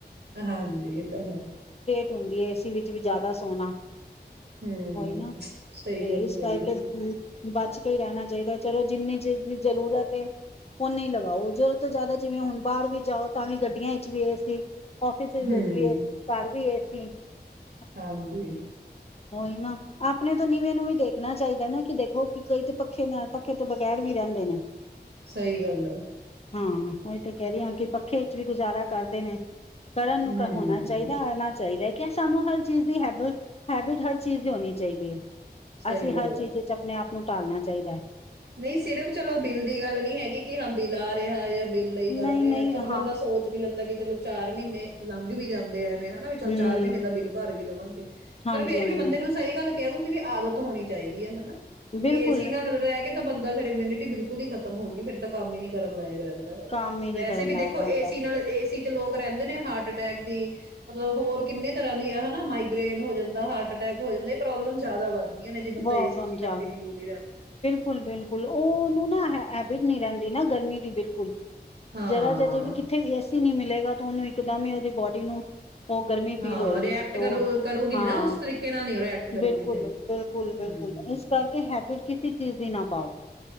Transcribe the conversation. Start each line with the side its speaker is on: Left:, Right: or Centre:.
Right: ਹਾਂਜੀ ਇਹ ਤਾਂ ਹੈ।
Left: ਟੋੰਗੀ ਏ-ਸੀ ਵਿੱਚ ਵੀ ਜਿਆਦਾ ਸੋਣਾ
Right: ਹਮ,
Left: ਉਹੀ ਨਾ
Right: ਸਹੀ
Left: ਤੇ
Right: ਗੱਲ
Left: ਇਸ
Right: ਕਹੀ
Left: ਕਰਕੇ
Right: ਤੁਸੀਂ
Left: ਬਚ ਕੇ ਈ ਰਹਿਣਾ ਚਾਹੀਦਾ ਏ ਚਲੋ ਜਿੰਨੀ ਚ ਜਰੂਰਤ ਏ, ਓਨੇ ਈ ਲਗਾਓ ਜਰੂਰਤ ਤੋਂ ਜਿਆਦਾ ਜਿਵੇਂ ਹੁਣ ਬਾਹਰ ਵੀ ਜਾਓ ਤਾਂ ਵੀ ਗੱਡੀਆਂ ਵਿਚ ਵੀ ਏ-ਸੀ ਓਫਿਸ ਵਿੱਚ
Right: ਹੂੰ,
Left: ਵੀ ਏ-ਸੀ ਘਰ ਵੀ ਏ-ਸੀ ਤੇਛੇ <unintelligible>
Right: ਹਾਂਜੀ
Left: ਓਈ ਨਾ ਆਪਣੇ ਤੋਂ ਨੀਵੇਂ ਨੂੰ ਵੀ ਦੇਖਣਾ ਚਾਹੀਦਾ ਨਾ ਕਿ ਦੇਖੋ ਕਿ ਕਈ ਤੇ ਪੱਖੇ ਨਾਲ ਪੱਖੇ ਤੋਂ ਬਗ਼ੈਰ ਵੀ ਰਹਿੰਦੇ ਨੇ
Right: ਸਹੀ ਗੱਲ ਏ
Left: ਹਾਂ ਓਈ ਤਾਂ ਕਹਿ ਰੀ ਆਖਿਰ ਪੱਖੇ ਚ ਵੀ ਗੁਜ਼ਾਰਾ ਕਰਦੇ ਨੇ ਕਰਨ
Right: ਹੂੰ,
Left: ਨੂੰ ਕ ਹੋਣਾ ਚਾਹੀਦਾ ਆਣਾ ਚਾਈਦੈ ਕਿ ਸਾਨੂੰ ਹਰ ਚੀਜ਼ ਦੀ ਹੈਬ ਹੈਬਿਟ ਹਰ ਚੀਜ਼ ਦੀ ਹੋਣੀ ਚਇਦੀ ਏ
Right: ਸਹੀ
Left: ਅਸੀਂ ਹਰ
Right: ਗੱਲ
Left: ਚੀਜ਼
Right: ਆ।
Left: ਚ ਅਪਨੇ ਆਪ ਨੂੰ ਟਾਲਣਾ ਚਾਈਦਾ ਏ
Right: ਨਹੀਂ ਸਿਰਫ਼ ਚਲੋ ਬਿੱਲ ਦੀ ਗੱਲ ਨਹੀ ਹੈਗੀ ਕਿ ਹਾਂ ਬਿਲਾ ਹਾ <unintelligible> ਬਿੱਲ ਲਈ
Left: ਨਹੀਂ
Right: ਕਰ ਰੈ
Left: ਨਹੀਂ
Right: ਏ ਚਲੋ
Left: ਹਾਂ
Right: ਬੰਦਾ ਸੋਚ ਵੀ ਲੈਂਦਾ ਕਿ ਚਲੋ ਚਾਰ ਮੀੱਨੇ ਲੰਘ ਵੀ ਜਾਂਣ ਵੇ ਹਨਾ ਵੀ
Left: ਹਮ
Right: ਚੱਲ ਚਾਰ ਮੀਨੇ ਦਾ ਬਿੱਲ ਭਰ ਵੀ ਦਵਾਂਗੇ,
Left: ਹਾਂਜੀ
Right: ਪਰ ਫੇਰ
Left: ਹਾਂਜੀ
Right: ਵੀ ਬੰਦੇ ਨੂੰ ਸਈ ਗੱਲ ਕੈ ਦਾ ਸੀ ਵੀ ਆਦਤ ਹੋਣੀ ਚਾਈਦੀ ਹਨਾ,
Left: ਬਿਲਕੁਲ
Right: ਵੀ ਅਸੀ ਨਾਲ ਬੰਦਾ ਫਿਰ ਇਮਿਊਨਿਟੀ ਬਿਲਕੁਲ ਈ ਖ਼ਤਮ ਹੋਗੀ ਫਿਰ ਤਾਂ ਕੰਮ ਈ ਨੀ ਕਰਨ ਲਾਇਕ ਰੈ ਹੈਗਾ,
Left: ਕੰਮ ਹੀ ਨਹੀਂ
Right: ਵੈਸੇ
Left: ਕਰਨ
Right: ਵੀ
Left: ਲਾਇਕ
Right: ਦੇਖੋ
Left: ਰਹਿੰਦਾ
Right: ਏਸੀ ਨਾਲ ਏਸੀ ਲੋਕ ਰੈਂਦੇ ਨੇ ਹਾਟ ਅਟੈਕ ਦੀ, ਮਤਲਬ ਹੋਰ ਕਿੰਨੇ ਤਰ੍ਹਾਂ ਦੀ ਆ ਹਨਾ-ਮਾਈਗ੍ਰੇਨ ਹੋ ਜਾਂਦਾ, ਹਾਟ ਅਟੈਕ ਹੋ ਜਾਂਦੇ ਇਹ ਪ੍ਰੋਬਲਮ ਜ਼ਿਆਦਾ ਵਾਧ ਕੀ ਆਂ ਨੇ ਜੇ ਬੰਦਾ
Left: ਬਹੁਤ
Right: ਏਸੀ ਚੀ
Left: ਜ਼ਿਆਦਾ
Right: ਘੰਟੀ ਨਿਲਦੀ ਰੈਂ
Left: ਬਿਲਕੁਲ, ਬਿਲਕੁਲ ਓ ਉਨੂੰ ਹੈਬਿਟ ਨਈਂ ਰੈਂਦੀ ਨਾ ਗਰਮੀ ਦੀ ਬਿਲਕੁਲ।
Right: ਹਾਂ
Left: ਜਰਾ ਜ ਅਜੇ ਵੀ ਕਿੱਥੇ ਵੀ ਨਈਂ ਮਿਲੇਗਾ ਤੁਂਨੂੰ ਇੱਕਦਮ ਈ ਓਦੀ ਬੋਡੀ ਨੂੰ ਉਹ ਗਰਮੀ ਫੀਲ
Right: ਹਾਂ,
Left: ਹੋਏਗੀ
Right: ਰਿਐਕਟ
Left: ਤੇ ਉਹ
Right: ਕਰੂ ਕਰੂਗੀ
Left: ਹਾਂ
Right: ਨੀ ਨਾ ਉਸ ਤਰੀਕੇ ਨਾਲ ਰਿਐਕਟ ਕਰੂਗੀ
Left: ਬਿਲਕੁਲ,
Right: ਫਿਰ
Left: ਬਿਲਕੁਲ, ਬਿਲਕੁਲ।
Right: ਹੂੰ
Left: ਇਸ ਕਰਕੇ ਹੈਬਿਟ ਕਿਸੀ ਚੀਜ਼ ਦੀ ਨਾ ਪਾਓ।